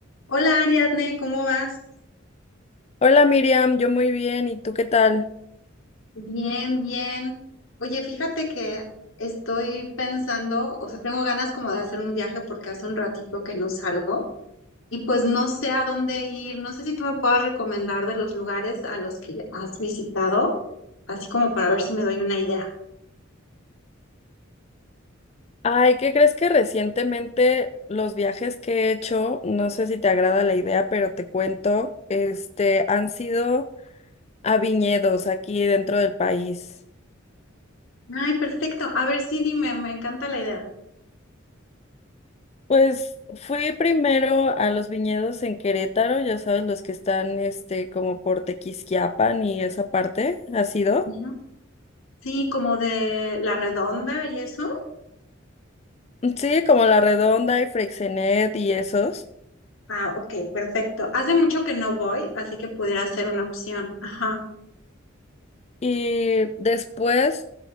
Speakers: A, on the left; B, on the left.
A: Hola Ariadne, ¿cómo vas?
B: Hola Miriam, yo muy bien, ¿y tú qué tal?
A: Bien, bien. Oye, fíjate que estoy pensando, o sea, tengo ganas como de hacer un viaje porque hace un ratito que no salgo y pues no sé a dónde ir. No sé si tú me puedas recomendar de los lugares a los que has visitado, así como para ver si me doy una idea.
B: Ay, ¿qué crees que recientemente los viajes que he hecho, no sé si te agrada la idea, pero te cuento, este, han sido a viñedos aquí dentro del país.
A: Ay, perfecto. A ver, sí, dime, me encanta la idea.
B: Pues fui primero a los viñedos en Querétaro, ya sabes, los que están, este, como por Tequisquiapan y esa parte, ¿has ido?
A: Ujú. Sí, como de La Redonda y eso.
B: Sí, como La Redonda y Freixenet y esos.
A: Ah, ok, perfecto. Hace mucho que no voy, así que pudiera ser una opción. Ajá.
B: Y después